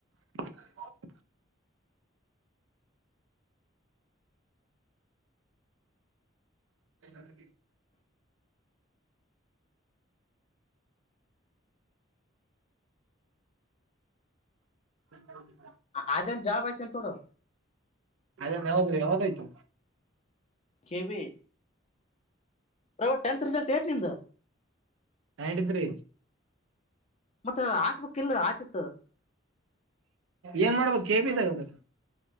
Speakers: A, on the right; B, on the left.
A: <inaudible> <inaudible> ಹ್ಮೌ
B: ಅದೇನ್ ಜಾಬ್ ಐತಿ ಅಂತ ನೋಡು
A: ಅದ ಯಾವದು ಯಾವದಾಯ್ತು
B: ಕೆವಿ ರವಾ ಟೆಂತ್ ರಿಸಲ್ಟ್ ಏಟ್ ನಿಂದ
A: ಹಾ ಹೇಳಿದ್ರಿ
B: ಮತ್ತ ಹಾಕ್ಬೇಕಕ್ ಇಲ್ ಆತಿತ್ತು
A: ಏನ್ ಮಾಡ್ಬೇಕದು ಕೆಬ ತಗದಾರ